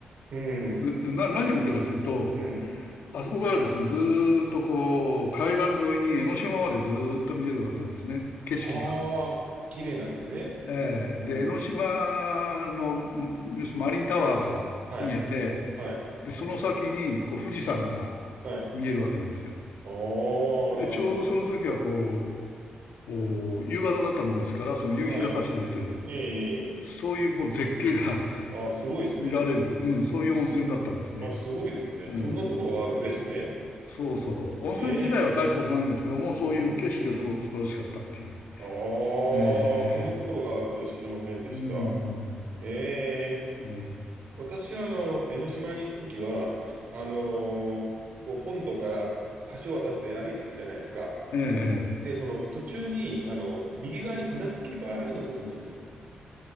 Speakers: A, on the right (about 65°); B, on the left (about 80°).
A: うん、
B: でな何を見てるかっていうと、
A: うん。
B: あそこからですね、ずーっとこう、海岸沿いに江ノ島までずーっと見れるわけなんですね、景色が。
A: ああ、綺麗なんですね。
B: えーで、
A: うん、
B: 江ノ島のマリンタワーが見えて、
A: はい、はい、
B: で、その先にこう富士山が
A: はい。
B: 見えるわけなんですよ。
A: ああ、
B: で、
A: なるほど。
B: ちょうどその時はこう、お夕方だったもんですから、その夕日が差しているという、
A: はい、ええ、
B: そういうこう絶景が
A: ああ、すごいですね。
B: <laughs> 見られる、うん、そういう温泉だったんですね。
A: あ、すごいですね。
B: うん。
A: そんなところがあるんですね。
B: そうそう。温泉自体は大したことないんですけども、
A: ええ、
B: そういう景色がすごく素晴らしかったっていう。
A: うん、うん。あ
B: ええ、
A: あ、そんなところがあるとは知りませんでした。
B: ええ、うん、
A: ええ、
B: うん、うん。
A: 私はあの、江ノ島に行くときは、あのーこう本土から橋を渡って歩いていくじゃないですか。
B: ええ、ええ。
A: で、その途中に、あの、右側に船着き場あるのご存知ですか